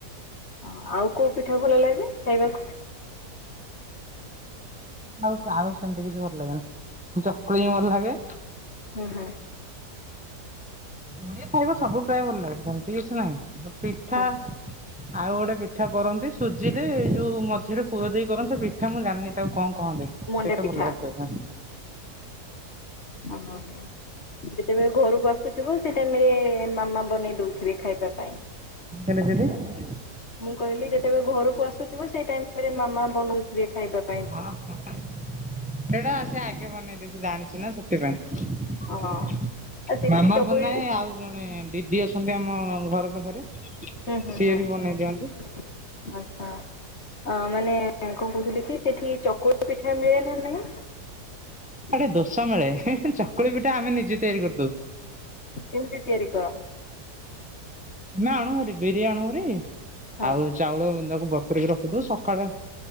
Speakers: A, on the left; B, in the centre.
A: ହଁ, ଆଉ କୋଉ ପିଠା ଭଲ ଲାଗେେ ଖାଇବାକୁ?
B: ଆଉ ଆଉ ସେମତି କିଛି ଭଲ ଲାଗେନା ହଉ ଚକୁଳି ବି ଭଲ ଲାଗେ।
A: ହୁଁ, ହୁଁ।
B: ମୁଣିଆ ଖାଇବା ସବୁ ପ୍ରାୟ ଭଲ ଲାଗେ ସେମତି କିଛି ନାହିଁ ପିଠା
A: ହଁ
B: ଆଉ ଗୋଟେ ପିଠା କରନ୍ତି ସୁଜିରେ ଯୋଉ ମଝିରେ ପୁର ଦେଇ କରନ୍ତି ସେ ପିଠା ମୁଁ ଜାଣିନିି ତାକୁ କଣ କହନ୍ତେ
A: ମଣ୍ଡା
B: ସେଇଟା
A: ପିଠା
B: ଭଲ ଲାଗେ ଖାଇବା।
A: ଓହୋ ଯେତେବେଳେ ଘରକୁ ଆସୁଥିବ ସେ ଟାଇମ୍ ରେ ମାମା ବନେଇ ଦଉଥିବେ ଖାଇବା ପାଇଁ।
B: <unintelligible>
A: ମୁଁ କହିଲି ଯେତେବେଳେ ଘରକୁ ଆସୁଥିବ ସେଇ ଟାଇମ୍ ରେ ମାମା ବନଉଥିବେ ଖାଇବାକୁ।
B: ହଁ, ସେଇଟା ସେ ଆଗେ ବନେଇଦ ସେ ଜାଣିଛିୁ ନା ସେ ସେଥିପାଇଁ
A: ହଁ ଆଉ ସେଠି
B: ମାମା
A: ଚକୁଳି
B: ବନାଏ ଆଉ ଜଣେ ଦିଦି ଅଛନ୍ତି ଆମ ଘର ପାଖରେ
A: ହୁଁ, ହୁଁ,
B: ସିଏ
A: ହୁଁ
B: ବି ବନେଇ ଦିଅନ୍ତି
A: ଆଚ୍ଛା ଆ ମାନେ କଣ କହୁଥିଲି କି ସେଠି ଚକୁଳି ପିଠା ମିଳେ ନା ନାଇଁ।
B: ସେଥି ଦୋଷା ମିଳେ <unintelligible> ଚକୁଳି ପିଠା ଆମେ ନିଜେ ତିଆରି କରିଦଉୁ।
A: କେମିତି ତିଆରି କର?
B: ନା ଆଣୁ ହାରି ବିରି ଆଣୁ ହାରି
A: ହଁ
B: ଆଉ ଚାଉଳ ତାକୁ ବତରିକି ରଖିଦଉ ସକାଳେ